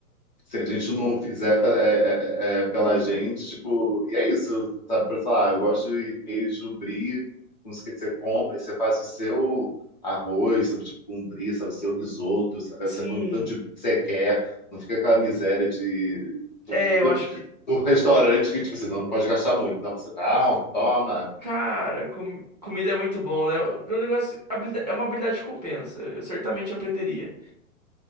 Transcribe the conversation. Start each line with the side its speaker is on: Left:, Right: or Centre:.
Left: Se a gente não fizer pe- é- é- é é, pela gente, tipo, e é isso, sabe? Por, Sei lá, eu gosto de queijo brie, com os que você compra, aí você faz o seu arroz, sabe? Tipo, um brie, sabe? O seu risoto, sabe?
Right: Sim,
Left: Aí Você põe o tanto de brie que você quer, não fica aquela miséria de, do,
Right: é, eu
Left: <laughs>
Right: acho que
Left: do restaurante que, tipo assim, não, não pode gastar muito. Não, você, não, toma.
Right: Cara, com- comida é muito bom, né? O negócio habilida- é uma habilidade que compensa. Eu certamente aprenderia.